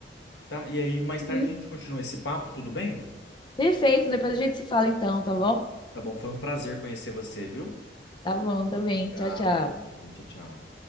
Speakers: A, on the left; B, on the left.
A: tá? E aí mais
B: Uhum.
A: tarde a gente continua esse papo, tudo bem?
B: Perfeito, depois a gente se fala então, tá bom?
A: Tá bom, foi um prazer conhecer você, viu?
B: Tá bom também.
A: Obrigado,
B: Tchau, tchau.
A: bom dia. Tchau, tchau.